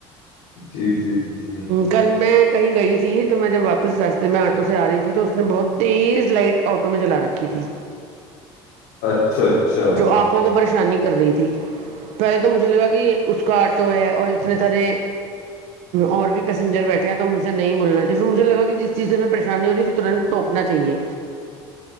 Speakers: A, on the left; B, on the right.
A: جی جی جی جی
B: کل میں کہیں گئی تھی تو میں جب آپس راستے میں آٹو سے آ رہی تھی تو اس نے بہت تیز لائٹ آٹو میں جلا رکھی تھی
A: اچھا اچھا اچھا
B: جو آنکھوں کو پریشانی کر رہی تھی پہلے تو مجھے لگا کہ اس کا آٹو ہے اور اتنے سارے اور بھی پیسینجر بیٹھے ہیں تو مجھے نہیں بولنا چاہیے پ مجھے لگا کہ جس چیز سے پریشانی ہو رہی تنت ٹوکنا چاہیے